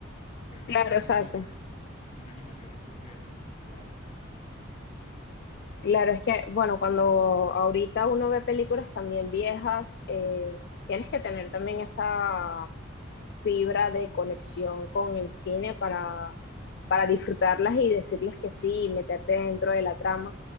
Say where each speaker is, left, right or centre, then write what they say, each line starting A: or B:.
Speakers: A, on the left (about 35°); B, on the left (about 55°).
A: Pero entonces
B: Claro,
A: son
B: exacto.
A: animaciones, son animaciones súper wow.
B: Claro, es que, bueno, cuando ahorita uno ve películas también viejas, eh, tienes que tener también esa fibra de conexión con el cine para, para disfrutarlas y decirles que sí y meterte dentro de la trama,